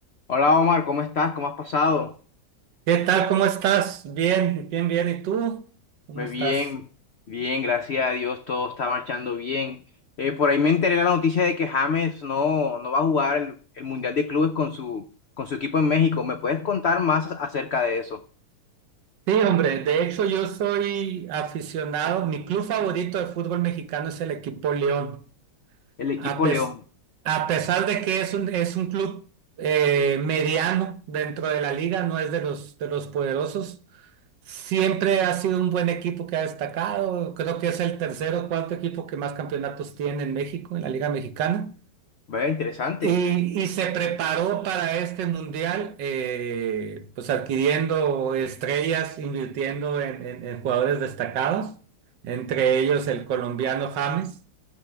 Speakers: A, on the left; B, on the right.
A: Hola Omar, ¿cómo estás? ¿Cómo has pasado?
B: ¿Qué tal? ¿Cómo estás? Bien, bien, bien. ¿Y tú? ¿Cómo
A: Ve
B: estás?
A: Bien, bien, gracias a Dios, todo está marchando bien. Eh, por ahí me enteré la noticia de que James no, no va a jugar el, el Mundial de Clubes con su, con su equipo en México. ¿Me puedes contar más acerca de eso?
B: Sí, hombre, de hecho yo soy aficionado. Mi club favorito de fútbol mexicano es el equipo León.
A: El equipo
B: A, pes-
A: León.
B: a pesar de que es un, es un club eh, mediano dentro de la liga, no es de los, de los poderosos, siempre ha sido un buen equipo que ha destacado. Creo que es el tercero, o cuarto equipo que más campeonatos tiene en México, en la Liga Mexicana.
A: Vaya, interesante.
B: Y, y se preparó para este mundial, eh, pues adquiriendo estrellas, invirtiendo en, en- en jugadores destacados, entre ellos el colombiano James,